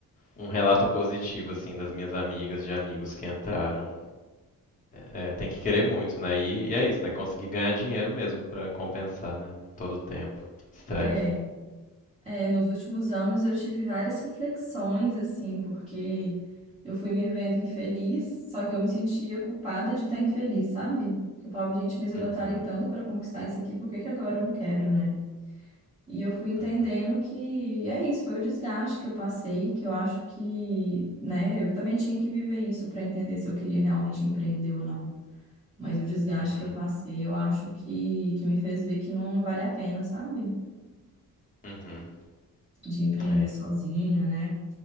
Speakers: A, on the left; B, on the right.
A: um relato positivo, assim, das minhas amigas, de amigos que entraram. É, tem que querer muito, né? E, e é isso, né? Conseguir ganhar dinheiro mesmo pra compensar, né? Todo o tempo, estresse.
B: É, É, nos últimos anos eu tive várias reflexões, assim, porque eu fui me vendo infeliz, só que eu me sentia culpada de estar infeliz, sabe? Porque eu falava, gente, mas eu
A: Uhum,
B: batalhei tanto para conquistar isso aqui, por que que agora eu não quero, né? E eu fui entendendo
A: uhum,
B: que é isso, foi o desgaste que eu passei, que eu acho que, né, eu também tinha que viver isso para entender se eu queria realmente empreender ou não. Mas o desgaste
A: uhum,
B: que eu passei, eu acho que, que me fez ver que não vale a pena, sabe?
A: uhum.
B: De empreender
A: É.
B: sozinha, né?